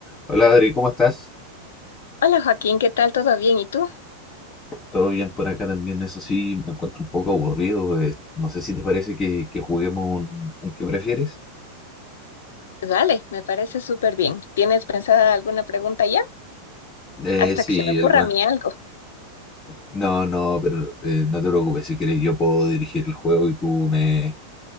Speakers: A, on the left (about 20°); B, on the left (about 60°).
A: Hola Adri, ¿cómo estás?
B: Hola Joaquín, ¿qué tal? ¿Todo bien? ¿Y tú?
A: Todo bien por acá también, eso sí, me encuentro un poco aburrido. eh, no sé si te parece que, que juguemos un, un ¿qué prefieres?
B: Dale, me parece súper bien. ¿Tienes pensada alguna pregunta ya?
A: Eh,
B: Hasta
A: sí,
B: que se me ocurra
A: algunas.
B: a mí algo.
A: No, no, pero eh, no te preocupes, si quieres yo puedo dirigir el juego y tú me,